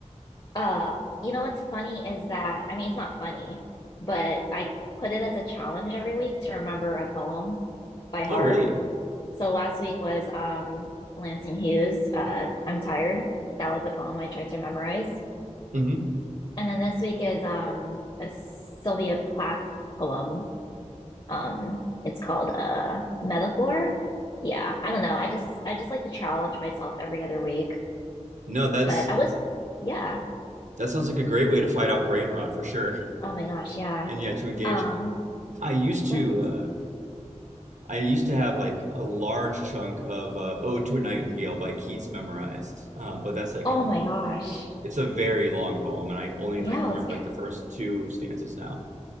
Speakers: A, on the left; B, on the right.
A: Uh, you know what's funny is that, I mean, it's not funny, but I put it as a challenge every week to remember a poem by heart.
B: Oh, really?
A: So last week was um Lansing Hughes, uh, I'm Tired. That was the poem I tried to memorize.
B: Mm-hmm.
A: And then this week is um a Sylvia Plath poem. Um, it's called uh Metaphor. Yeah, I don't know. I just I just like to challenge myself every other week.
B: No, that's
A: But I was yeah.
B: that sounds like a great way to fight off brain rot for sure.
A: Oh my gosh, yeah.
B: And yeah, to engage
A: Um,
B: it. I used
A: what
B: to
A: were we
B: uh I used to have like a large chunk of uh, "Ode to a Nightingale" by Keats memorized, uh, but that's like
A: Oh
B: a
A: my gosh.
B: It's a very long poem, and I only
A: Yeah,
B: like
A: I
B: remember
A: was,
B: like the first two stanzas now.